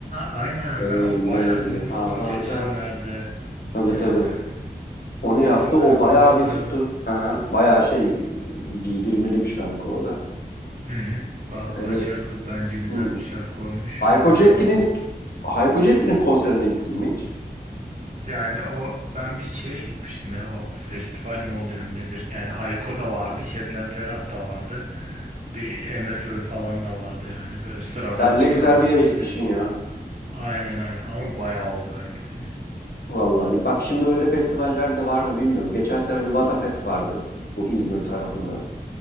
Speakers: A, on the right; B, on the left.
A: aynen
B: Elleri
A: ben onu bayağı dinliyordum
B: havada.
A: geçenlerde.
B: Tabii
A: Evet
B: tabii.
A: evet.
B: Onu
A: Kufi
B: yaptı.
A: kafada.
B: O bayağı bir tuttu. Ha, bayağı şey e, giydirmeli bir şarkı o da.
A: Hı hı. Ba-
B: Evet.
A: başarılı bence güzel
B: Hmm.
A: bir şarkı olmuş.
B: Hayko
A: Onu
B: Cepkin'in
A: ne zaman
B: Hayko Cepkin'in konserine gittin mi hiç?
A: Yani o ben bir şeye gitmiştim ya o festival mi oluyor nedir? Yani Hayko da vardı, Şebnem Ferah da vardı. Bir MFÖ falan da vardı yani böyle sıradan
B: Sen
A: çıkıyorlardı
B: ne güzel bir yere
A: işte.
B: gitmişsin ya.
A: Aynen aynen ama bayağı oldu ben gideli.
B: Vallahi. Bak şimdi öyle festivaller de var mı bilmiyorum. Geçen sene bir Vatafest vardı bu İzmir tarafında.